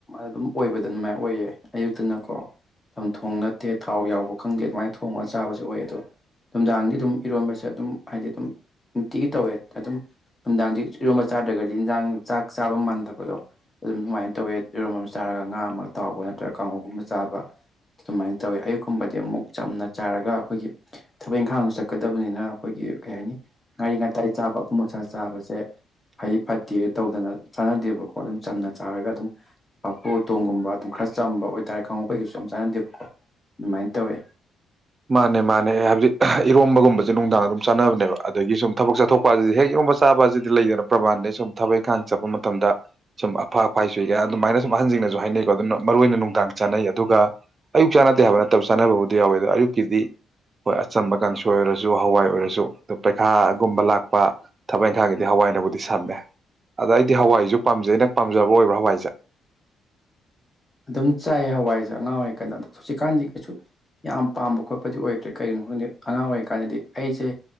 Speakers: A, on the left; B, on the right.
A: ꯑꯗꯨꯝ ꯑꯣꯏꯕꯗ ꯑꯗꯨꯃꯥꯏꯅ ꯑꯣꯏꯌꯦ ꯑꯌꯨꯛꯇꯅꯀꯣ ꯆꯝꯊꯣꯡ ꯈꯪꯗꯦ ꯊꯥꯎ ꯌꯥꯎꯕ ꯈꯪꯗꯦ ꯑꯗꯨꯃꯥꯏꯅ ꯊꯣꯡꯉꯒ ꯆꯥꯕꯁꯨ ꯑꯣꯏꯌꯦ ꯑꯗꯣ ꯅꯨꯡꯗꯥꯡꯗꯤ ꯑꯗꯨꯝ ꯏꯔꯣꯟꯕꯁꯦ ꯑꯗꯨꯝ ꯍꯥꯏꯗꯤ ꯑꯗꯨꯝ ꯅꯨꯡꯇꯤꯒꯤ ꯇꯧꯋꯦ ꯑꯗꯨꯝ ꯅꯨꯡꯗꯥꯡꯗꯤ ꯏꯔꯣꯝꯝꯕ ꯆꯥꯗ꯭ꯔꯒꯗꯤ ꯏꯟꯖꯥꯡ ꯆꯥꯛ ꯆꯥꯕ ꯃꯥꯟꯗꯕꯗꯣ ꯑꯗꯨꯝ ꯑꯗꯨꯃꯥꯏꯅ ꯇꯧꯋꯦ ꯏꯔꯣꯝ ꯑꯃ ꯆꯥꯔꯒ ꯉꯥ ꯑꯃ ꯇꯥꯎꯕ ꯅꯠꯇ꯭ꯔꯒ ꯀꯥꯡꯉꯧꯒꯨꯝꯕ ꯆꯥꯕ ꯑꯗꯨꯃꯥꯏꯅ ꯇꯧꯋꯦ ꯑꯌꯨꯛꯀꯨꯝꯕꯗꯤ ꯑꯃꯨꯛ ꯆꯝꯅ ꯆꯥꯔꯒ ꯑꯩꯈꯣꯏꯒꯤ ꯊꯕꯛ ꯏꯪꯈꯥꯡꯁꯨ ꯆꯠꯀꯗꯕꯅꯤꯅ ꯑꯩꯈꯣꯏꯒꯤ ꯀꯩ ꯍꯥꯏꯅꯤ ꯉꯥꯔꯤ ꯉꯥꯇꯥꯏ ꯆꯥꯕ ꯑꯄꯨꯝ ꯑꯁꯥ ꯆꯥꯕꯁꯦ ꯐꯩ ꯐꯠꯇꯦ ꯇꯧꯗꯅ ꯆꯥꯅꯗꯦꯕꯀꯣ ꯑꯗꯨꯝ ꯆꯝꯅ ꯆꯥꯔꯒ ꯑꯗꯨꯝ ꯄꯥꯐꫭꯔ ꯎꯇꯣꯡꯒꯨꯝꯕ ꯑꯗꯨꯝ ꯈꯔ ꯆꯝꯕ ꯑꯣꯏꯇꯥꯔꯦ ꯀꯥꯡꯉ ꯀꯩꯀꯩꯁꯨ ꯑꯝ ꯆꯥꯅꯗꯦꯕꯀꯣ ꯑꯗꯨꯃꯥꯏꯅ ꯇꯧꯋꯦ
B: ꯃꯥꯅꯦ ꯃꯥꯅꯦ ꯑꯦ ꯍꯥꯏꯕꯗꯤ ꯏꯔꯣꯝꯕꯒꯨꯝꯁꯦ ꯅꯨꯡꯗꯥꯡ ꯑꯗꯨꯝ ꯆꯥꯅꯕꯅꯦꯕ ꯑꯗꯒꯤ ꯁꯨꯝ ꯊꯕꯛ ꯆꯥꯊꯣꯛꯄ ꯍꯥꯏꯁꯤꯗꯤ ꯍꯦꯛ ꯏꯔꯣꯝꯕ ꯆꯥꯕꯁꯤꯗꯤ ꯂꯩꯗꯅ ꯄ꯭ꯔꯃꯥꯟꯗꯩ ꯁꯨꯝ ꯊꯕꯛ ꯏꯪꯈꯥꯡ ꯆꯠꯄ ꯃꯇꯝꯗ ꯁꯨꯝ ꯑꯐꯥ ꯑꯐꯥꯏꯆꯨꯏ ꯀꯥꯏꯅ ꯑꯗꯨꯃꯥꯏꯅ ꯁꯨꯝ ꯑꯍꯟꯁꯤꯡꯅꯁꯨ ꯍꯥꯏꯅꯩꯀꯣ ꯑꯗꯨꯅ ꯃꯔꯨꯏ ꯑꯣꯏꯅ ꯅꯨꯡꯗꯥꯡ ꯆꯥꯅꯩ ꯑꯗꯨꯒ ꯑꯌꯨꯛ ꯆꯥꯟꯅꯗꯦ ꯍꯥꯏꯕ ꯅꯠꯇꯕ ꯆꯥꯅꯕꯕꯨꯗꯤꯎꯋꯦꯗꯣ ꯑꯌꯨꯛ ꯀꯗꯤ ꯍꯣꯏ ꯑꯆꯝꯕ ꯀꯥꯡꯁꯣꯏ ꯑꯣꯏꯔꯁꯨ ꯍꯋꯥꯏ ꯑꯣꯏꯔꯁꯨ ꯗꯣ ꯄꯩꯈꯥꯒꯨꯝꯕ ꯂꯥꯛꯄ ꯊꯕꯛ ꯏꯪꯈꯥꯡꯒꯤꯗꯤ ꯍꯋꯥꯏꯅꯕꯨꯗꯤ ꯁꯝꯃꯦ ꯑꯗ ꯑꯩꯗꯤ ꯍꯋꯥꯏꯁꯨ ꯄꯥꯝꯖꯩ ꯑꯩꯅ ꯄꯥꯝꯖꯕ ꯑꯣꯏꯕ ꯍꯋꯥꯏꯁꯦ
A: ꯑꯗꯨꯝ ꯆꯥꯏꯌꯦ ꯍꯋꯥꯏꯁꯦ ꯑꯉꯥꯡ ꯑꯣꯏꯔꯤꯀꯥꯟꯗ ꯑꯗꯣ ꯍꯧꯖꯤꯛꯀꯥꯟꯗꯤ ꯀꯩꯁꯨ ꯌꯥꯝ ꯄꯥꯝꯕ ꯈꯣꯠꯄꯗꯤ ꯑꯣꯏꯗ꯭ꯔꯦ ꯀꯩꯒꯤꯅꯣ ꯈꯪꯗꯦ ꯑꯉꯥꯡ ꯑꯣꯏꯔꯤꯀꯥꯟꯗꯗꯤ ꯑꯩꯁꯦ